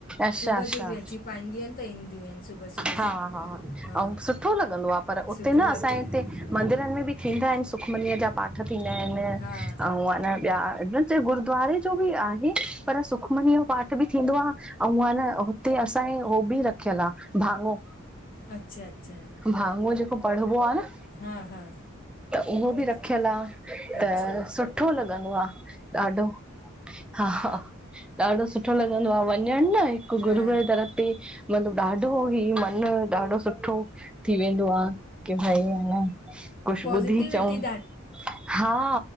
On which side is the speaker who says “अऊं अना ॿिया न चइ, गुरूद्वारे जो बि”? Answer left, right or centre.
Centre